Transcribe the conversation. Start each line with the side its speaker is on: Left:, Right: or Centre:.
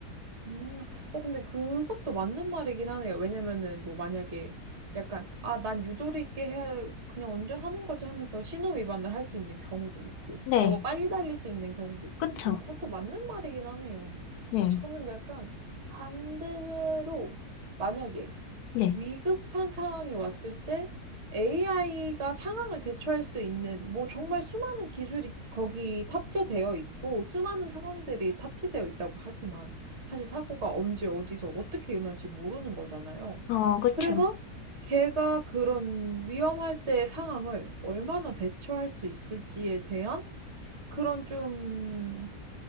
Right: 음, 어, 근데 그것도 맞는 말이긴 하네요. 왜냐면은, 뭐, 만약에 약간, 아, 난 유도리 있게 해, 그냥 운전하는 거지 하면서 신호 위반을 할 수 있는 경우도 있고,
Left: 네.
Right: 너무 빨리 달릴 수 있는 경우도 있고,
Left: 그쵸.
Right: 음, 그것도 맞는 말이긴 하네요.
Left: 네.
Right: 저는 약간 반대로, 만약에
Left: 네.
Right: 위급한 상황이 왔을 때 AI가 상황을 대처할 수 있는 뭐 정말 수많은 기술이 거기 탑재되어 있고 수많은 상황들이 탑재되어 있다고 하지만 사실 사고가 언제 어디서 어떻게 일어날지 모르는 거잖아요.
Left: 어, 그쵸.
Right: 그래서 걔가 그런 위험할 때의 상황을 얼마나 대처할 수 있을지에 대한 그런 좀